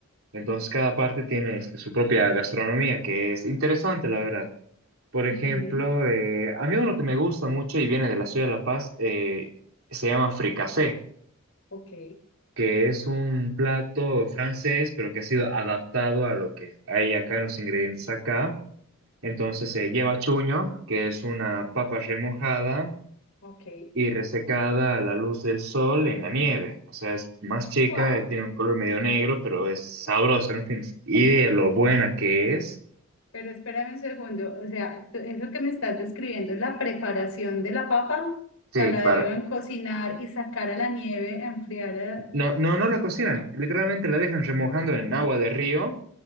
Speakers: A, on the right; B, on the left.
A: Entonces, cada parte tiene este, su propia gastronomía, que es interesante, la verdad. Por
B: Ujú,
A: ejemplo, eh, a mí uno que me gusta mucho y viene de la ciudad de La Paz, eh, se llama fricasé.
B: Ok,
A: que es un plato francés, pero que ha sido adaptado a lo que hay acá en los ingredientes acá. Entonces eh, lleva chuño, que es una papa remojada
B: ok.
A: y resecada a la luz del sol en la nieve. O sea, es más chica,
B: Wow.
A: eh, tiene un color medio negro, pero es sabrosa, no tienes idea lo buena que es.
B: Pero espérame un segundo, o sea, tú- eso que me estás describiendo es la preparación de la papa, o
A: Sí,
B: sea, la
A: para...
B: deben cocinar y sacar a la nieve a enfriar. a-
A: No, no, no la cocinan, literalmente la dejan remojando en agua de río